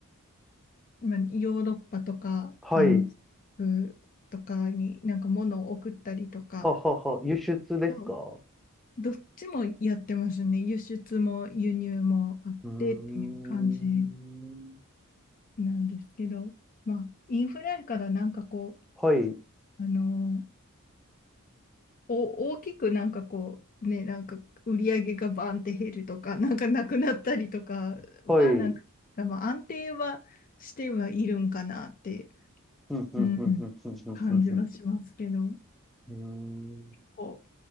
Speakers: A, on the left (about 40°); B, in the centre.
A: まあ、ヨーロッパとか安
B: はい、
A: 福とかになんか物を送ったりとか、
B: ははは、輸出ですか
A: どどっちもやってますね。輸出も輸入もあってっていう感じ
B: うーん。
A: なんですけど、まあ、インフレからなんかこう、
B: はい、
A: あのお、大きくなんかこう、ね、なんか売り上げがバーンって減るとか、<laughs> なんかなくなったりとかは、
B: はい。うん、
A: なんか、まあ、安定はしてはいるんかなって、
B: うん、うん、
A: うん、
B: うん、うん、うん、
A: 感じはしますけど、なんか
B: うん。うん。うーん
A: こ